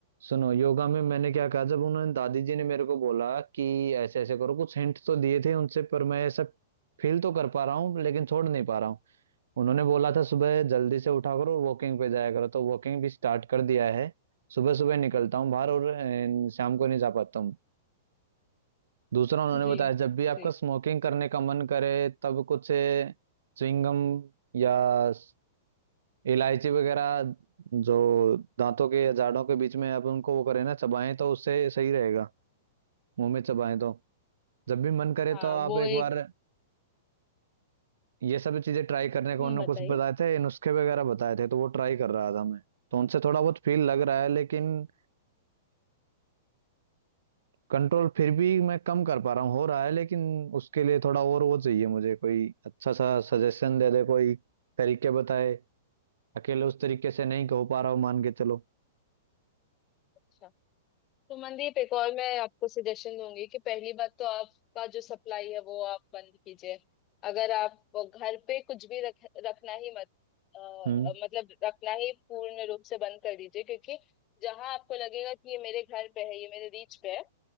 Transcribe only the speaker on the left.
जी
जी
हाँ
वो
एक
हम्म
बताइए
अच्छा। तो मनदीप एक और मैं आपको सजेशन दूंगी कि पहली बात तो आपका जो सप्लाई है वो आप बंद कीजिए अगर आप वो घर पे कुछ भी रख रखना ही मत अ,
मतलब रखना ही पूर्ण रूप से बंद कर दीजिए क्योंकि जहां आपको लगेगा कि ये मेरे घर पे है ये मेरे रीच पे है